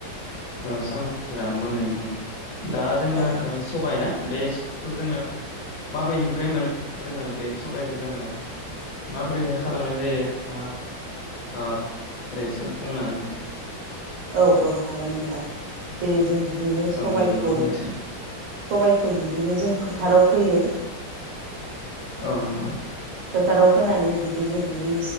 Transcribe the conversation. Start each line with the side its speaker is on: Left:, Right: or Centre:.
Left: ओ साम'खौ जानांगौ होननानै बुङो। दा जोंङो
Right: औ
Left: सबायना बे <unintelligible> जोङो माबेनिफ्राय मोनो जोङो बे सबायखौ जोङो? माबोरैहाय खालामनाय जायो नोंथाङा ओ दे एसे बुंनो हागोन नामा?
Right: औ औ हागोन नोंथां जेरै जों बिदिनो सबायखौ
Left: औ दे बिदिबा बुंनायसाय
Right: सबायखौ बिदिनो जों फोथाराव फैयो।
Left: औ नंगौ।
Right: फोथाराव फोनानै बिदिनो बियो